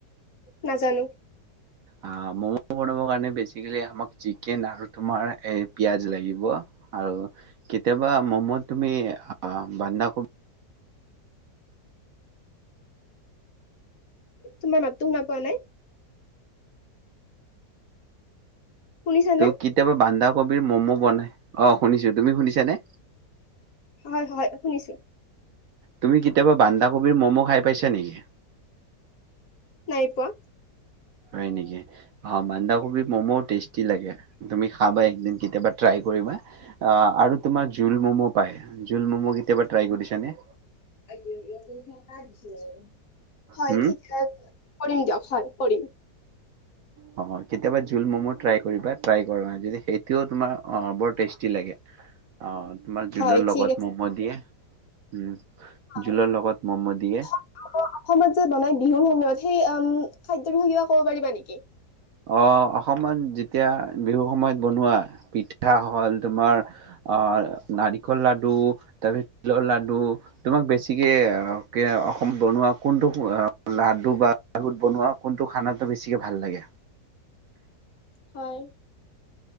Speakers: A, on the left (about 60°); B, on the right (about 70°).
A: নাজানো।
B: আ ম'ম <unintelligible> বনাবৰ কাৰণে বেছিকেলি আমাক চিকেন আৰু তোমাৰ এই পিয়াজ লাগিব। আৰু কেতিয়াবা ম'মত তুমি আ 'বান্ধাকবি
A: তোমাৰ মাততো শুনা পোৱা নাই? শুনিছানে?
B: ত 'কেতিয়াবা বান্ধাকবিৰ ম'ম' বনাই অ, শুনিছোঁ তুমি শুনিছা নে?
A: হয়', হয়। শুনিছোঁ।
B: তুমি কেতিয়াবা বান্ধাকবিৰ ম'ম খাই পাইছা নেকি?
A: নাই পোৱা।
B: হয় নেকি? অ বান্ধাকবিৰ ম'ম টেষ্টি লাগে তুমি খাবা একদিন কেতিয়াবা ট্ৰাই কৰিবা। আ আৰু তোমাৰ জোল ম'ম পায়, জোল ম'ম কেতিয়াবা ট্ৰাই কৰিছানে?
A: হয় <unintelligible>
B: হুম
A: কৰিম দিয়ক হয় কৰিম।
B: অ কেতিয়াবা জোল ম'ম ট্ৰাই কৰিবা ট্ৰাই কৰা যে সেইটোও তোমাৰ অ বৰ টেষ্টি লাগে। অ তোমাৰ জোলৰ
A: হয়
B: লগত
A: ঠিক আছে
B: ম'ম দিয়ে, উম
A: হয়
B: জোলৰ লগত ম'ম দিয়ে।
A: <unintelligible> অসমত যে বনাই বিহুৰ সময়ত সেই উম, খাদ্যৰ বিষয়ে কিবা ক'ব পাৰিবা নেকি?
B: অ অসমত যেতিয়া বিহু সময়ত বনোৱা পিঠা হ'ল তোমাৰ অ নাৰিকল লাডু, <unintelligible> তিলৰ লাডু তোমাক বেছিকে <unintelligible> অসমত বনোৱা কোনটো অ লাডু বা আগত বনোৱা কোনটো খানাটো বেছিকে ভাল লাগে।
A: হয়।